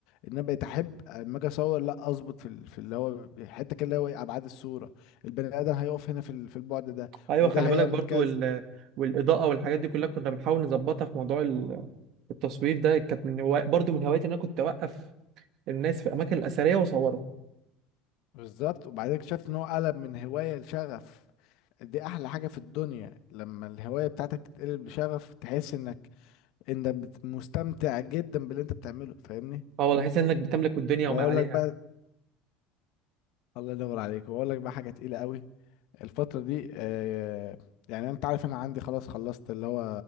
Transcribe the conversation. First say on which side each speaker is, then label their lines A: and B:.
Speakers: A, on the left; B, on the right.
A: ان انا بقيت احب اما اجي اصور لا اظبط في ال- في اللي هو حته كده اللي هو ايه ابعاد الصوره البني ادم هيقف هنا في ال- في البعد ده
B: ايوه
A: وده
B: خلي
A: هيعمل
B: بالك برضو
A: كذا
B: وال... والاضاءه والحاجات دي كلها كنا بنحاول نظبطها في موضوع ال- التصوير ده كانت من هواي... برضو من هواياتي ان انا كنت اوقف الناس في الاماكن الاثريه واصورهم
A: بالظبط وبعدين اكتشفت ان هو قلب من هوايه لشغف دي احلى حاجه في الدنيا لما الهوايه بتاعتك تتقلب لشغف تحس انك انت بت- مستمتع جدا باللي انت بتعمله فاهمني
B: اه والله احس انك بتملك الدنيا
A: واقول
B: وما عليها
A: لك بقى الله ينور عليك واقول لك بقى حاجه تقيله قوي الفتره دي آه يعني انت عارف انا عندي خلاص خلصت اللي هو